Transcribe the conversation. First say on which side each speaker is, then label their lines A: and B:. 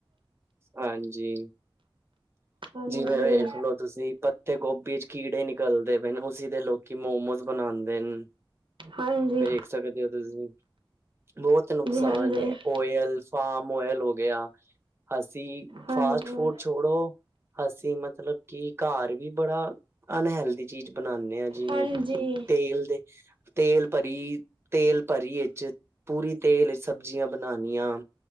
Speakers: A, on the right; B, on the right.
A: ਹਾਂਜੀ।
B: ਹਾਂਜੀ,
A: ਜਿਵੇਂ ਵੇਖਲੋ ਤੁਸੀ ਪੱਤੇ ਗੋਭੀ ਚ ਕੀੜੇ ਨਿਕਲਦੇ ਪੇ ਨੇ। ਹੋਣ ਤੁਸੀ ਦੇ ਲੋ ਕੀ ਮੋਮੋਸ ਬਣਾਦੇ ਨ,
B: ਹਾਂਜੀ,
A: ਵੇਖ
B: ਹਾਂਜੀ,
A: ਸਕਦੇ ਓ ਤੁਸੀ। ਲੋਤ ਨੁਕਸਾਨ
B: ਹਾਂਜੀ।
A: ਏ। ਓਯਲ ਫਾਮ ਓਯਲ ਹੋ ਗੇਆ। ਅਸੀਂ
B: ਹਾਂਜੀ,
A: ਫਾਸਟ ਫੂਡ ਛੋੜੋ ਅਸੀਂ ਮਤਲਬ ਕੀ ਘਾਰ ਵੀ ਬੜਾ ਅਨਹੈਲਦੀ- ਚੀਜ਼ ਬਨਾਨੇ ਆਂ ਜਿਵੇਂ
B: ਹਾਂਜੀ,
A: ਕੀ ਤੇਲ ਦੇ ਤੇਲ ਭਰੀ- ਤੇਲ ਭਰੀ ਇਚ- ਪੂਰੀ ਤੇਲ ਇਚ ਸਬਜ਼ੀਆਂ ਬਨਾਨੀਆਂ।